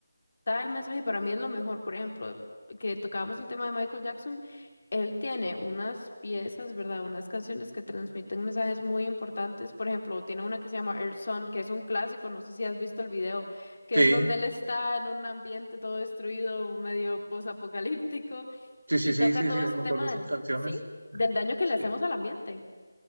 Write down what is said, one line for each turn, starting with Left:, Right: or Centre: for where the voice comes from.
Left: da el mensaje, para mí es lo mejor. Por ejemplo, que tocábamos el tema de Michael Jackson, él tiene unas piezas, ¿verdad? Unas canciones que transmiten mensajes muy importantes. Por ejemplo, tiene una que se llama Earth Song, que es un clásico, no sé si has visto el video, que
Right: Sí,
Left: es donde él está en un ambiente todo destruido, medio posapocalíptico,
Right: sí, sí,
Left: y
Right: sí,
Left: toca
Right: sí,
Left: todo
Right: sí,
Left: ese
Right: me
Left: tema
Right: acuerdo de
Left: del,
Right: esas canciones.
Left: sí, del daño que
Right: Sí.
Left: le hacemos al ambiente.